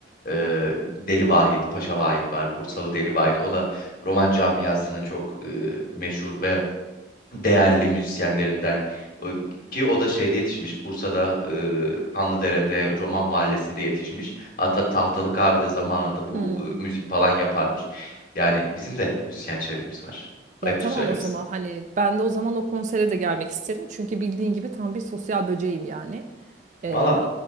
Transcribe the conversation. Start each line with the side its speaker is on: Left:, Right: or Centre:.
Left: E, Deli Vahit, Paşa Vahit var. Bursalı Deli Vahit. O da roman camiasının çok e, meşhur ve değerli müzisyenlerinden O- ki o da şeyde yetişmiş Bursa'da e, Kanlıdere'de Roman Mahallesi'nde yetişmiş hatta Tahtalı Kahve'de zamanında bu
Right: Hmm.
Left: e, müzik falan yaparmış yani bizim de müzisyen çevremiz var
Right: Ya
Left: ayıptır
Right: tamam
Left: söylemesi
Right: o zaman hani ben de o zaman o konsere de gelmek isterim. Çünkü bildiğin gibi tam bir sosyal böceğim yani. Ee,
Left: valla